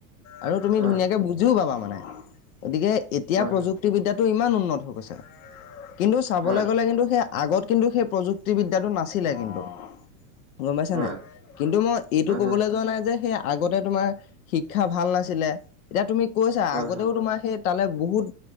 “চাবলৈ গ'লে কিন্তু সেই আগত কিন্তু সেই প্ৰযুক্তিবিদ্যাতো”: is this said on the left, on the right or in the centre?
Left